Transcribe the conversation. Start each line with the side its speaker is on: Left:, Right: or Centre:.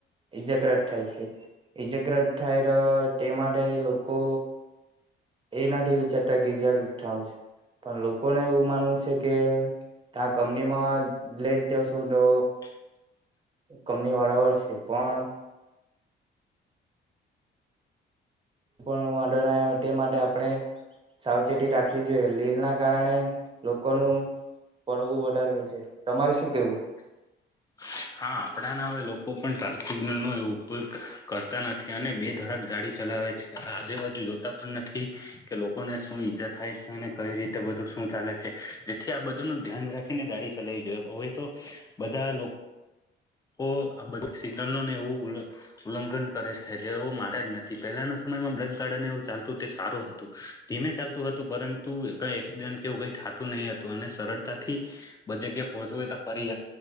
Right: ઈજાગ્રત થાય છે ઈજાગ્રત થાય તો તે માટે લોકો એનાથી વિચારતા ગીજા થાવ છે પણ લોકોને એવું માનવું છે કે ત્યા કંપનીમાં લેટ જાશું તો
Left: <inaudible>
Right: કમની વાળા વળ છે પણ વાંધો ના તે માટે આપણે સાવચેતી રાખવી જોઈએ લીલ ના કારણે લોકોનું પડવ વધારે હોય છે તમારે શું કેવું
Left: <inaudible> હા આપણા ના હવે લોકો પણ ટ્રાફિક સિગ્નલ નો એવ ઉપયોગ કરતા નથી અને બે ધડાક ગાડી ચલાવે છે આજુબાજુ જોતા પણ નથી કે લોકોને શું ઈજા થાય છે અને કઈ રીતે બધું ચાલે છે જેથી આ બધું ન ધ્યાન રાખીને ગાડી ચલાવી જોઈ હવે તો બધા <inaudible> આ બધી સિગ્નલોને એવું ઉલ્લંઘન કરે છે તેવ માનતા જ નથી પહેલાના સમય એવું ચાલતું તે સારું હતું ધીમે ચાલતું હતું પરંતુ ક એક્સિડન્ટ કેવું ક નહી હતું અને સરળતાથી બધ જગ્યા પહોચુંય તો ફરી